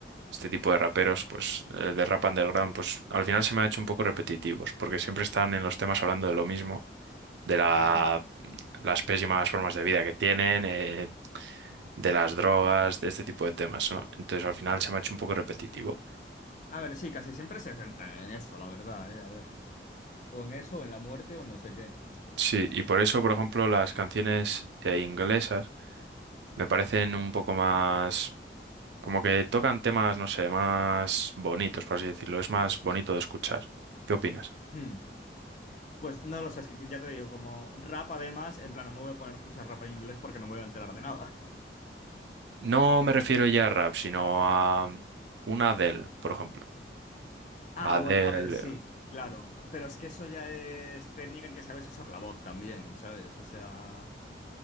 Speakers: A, on the right; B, on the left.
A: este tipo de raperos, pues eh, de rap underground, pues al final se me ha hecho un poco repetitivos, porque siempre están en los temas hablando de lo mismo. de la-
B: Yo no.
A: las pésimas formas de vida que tienen, eh, de las drogas, de este tipo de temas, ¿no? Entonces al final se me ha hecho un poco repetitivo.
B: A ver, sí, casi siempre se centran en eso, la verdad, eh, a ver. O en eso, o en la muerte, o no sé qué.
A: Sí, y por eso, por ejemplo, las canciones eh, inglesas me parecen un poco más, como que tocan temas, no sé, más bonitos, por así decirlo, es más bonito de escuchar. ¿Qué opinas?
B: Hmm. Pues no lo sé, es que ya te digo, como rap además, en plan, no me voy a poner a escuchar rap en inglés porque no me voy a enterar de nada. <laughs>
A: No me refiero ya a rap, sino a una Adele, por ejemplo.
B: Ah,
A: Adele,
B: bueno, a ver, sí,
A: eh,
B: claro, pero es que eso ya es técnica que sabes usar la voz también, ¿sabes? O sea,